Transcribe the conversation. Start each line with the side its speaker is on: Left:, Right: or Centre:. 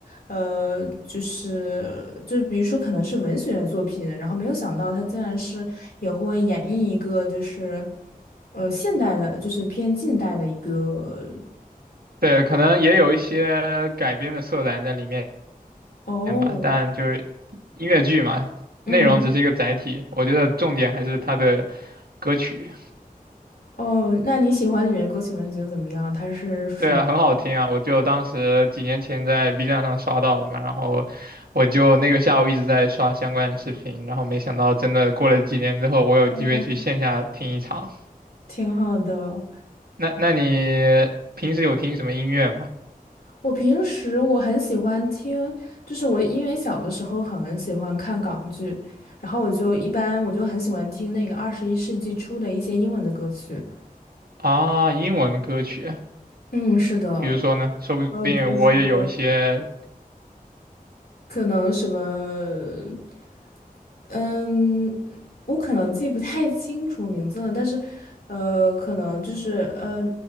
Left: 呃，就是就比如说可能是文学作品，然后没有想到它竟然是也会演绎一个就是，呃，现代的，就是偏近代的一个，
Right: 对，可能也有一些改编的色彩在里面，
Left: 哦，
Right: 片吧，但就是音乐剧嘛，内容只是一个载体，
Left: 嗯。
Right: 我觉得重点还是它的歌曲。
Left: 哦，那你喜欢里面的歌曲吗？你觉得怎么样？它是属于
Right: 对啊，很好听啊，我就当时几年前在 B 站上刷到的嘛，然后我就那个下午一直在刷相关的视频，然后没想到真的过了几年之后，我有机会去线下听一场。
Left: 哦，挺好的。
Right: 那那你平时有听什么音乐吗？
Left: 我平时我很喜欢听，就是我因为小的时候很喜欢看港剧，然后我就一般我就很喜欢听那个二十一世纪初的一些英文的歌曲。
Right: 啊，英文的歌曲，
Left: 嗯，是的，
Right: 比如说呢，说不定我也有一些，
Left: 呃，比如说可能什么。嗯，我可能记不太清楚名字了，但是，呃，可能就是呃，